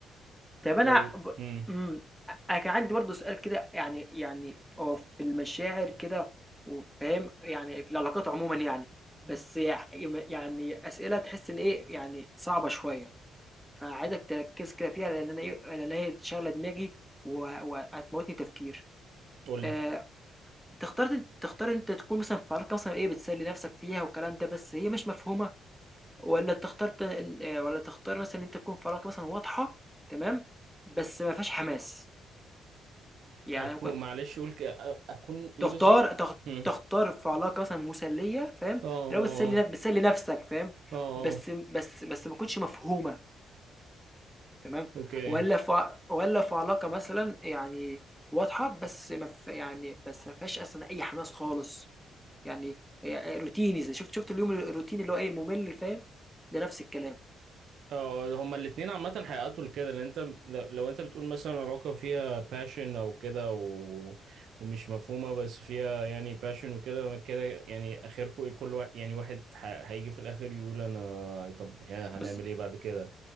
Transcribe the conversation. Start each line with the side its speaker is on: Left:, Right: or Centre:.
Centre: طب
Right: طيب
Centre: أنا ب
Right: هم
Centre: إمم، أ أنا كان عندي برضه سؤال كده يعني يعني هو في المشاعر كده وفاهم، يعني في العلاقات عمومًا يعني، بس يع يم يعني أسئلة تحس إن إيه، يعني صعبة شوية. فعايزك تركز كده فيها لأن أنا إيه لأن هي شاغلة دماغي و وهتموتني تفكير.
Right: قولي
Centre: آآ تختار تختار أنت تكون مثلًا في علاقة مثلًا إيه بتسلي نفسك فيها والكلام ده بس هي مش مفهومة، والّا تختار ت آآ والّا تختار مثلًا إن أنت تكون في علاقة مثلًا واضحة تمام، بس ما فيهاش حماس، يعني
Right: اكون
Centre: ممكن
Right: معلش قول ك- أ- اكون ايه
Centre: تختار
Right: بالظبط
Centre: تخ
Right: هم.
Centre: تختار في علاقة مثلًا مسلية فاهم،
Right: اه
Centre: اللي هو
Right: اه
Centre: بتسلي ن بتسلي نفسك فاهم،
Right: اه آه.
Centre: بس بس بس ما تكونش مفهومة. تمام
Right: اوكي
Centre: ولا في ع- ولا في علاقه مثلا يعني واضحه بس ما في يعني بس ما فيهاش اصلا اي حماس خالص يعني هي روتيني زي شفت شفت اليوم الروتيني اللي هو ايه الممل فاهم ده نفس الكلام
Right: اه هما الاتنين عامة هيأدوا لكده لان انت لو, لو انت بتقول مثلا علاقة فيها passion او كده و... ومش مفهومة بس فيها يعني passion وكده ما كده يعني اخركم ايه كل واحد يعني واحد ح- هيجي في الاخر يقول انا طب ها هنعمل
Centre: بز...
Right: ايه بعد كده